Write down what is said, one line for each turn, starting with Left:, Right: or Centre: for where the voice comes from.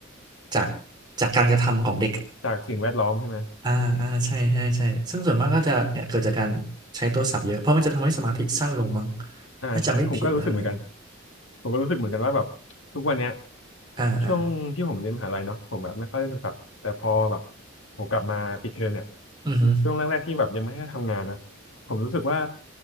Right: จากจากการกระทำของเด็กอะ
Left: จากสิ่งแวดล้อมใช่ไหม
Right: อ่าอ่าใช่ใช่ใช่ซึ่งส่วนมากก็จะเนี่ยเกิดจากการใช้โทรศัพท์เยอะเพราะมันจะทำให้สมาธิสั้นลงมั้ง
Left: อ่าใช่ผมก็รู้สึกเหมือนกัน
Right: ถ้าจำไม่ผิดนะอะไร
Left: ผมก็รู้สึกเหมือนกันว่าแบบทุกวันเนี้ย
Right: อ่าอ่า
Left: ช่วงที่ผมเรียนมหาลัยเนาะผมแบบไม่ค่อยเล่นโทรศัพท์แต่พอแบบผมกลับมาปิดเทอมเนี่ย
Right: อือฮึ
Left: ช่วงแรกๆที่แบบยังไม่ได้ทำงานนะผมรู้สึกว่า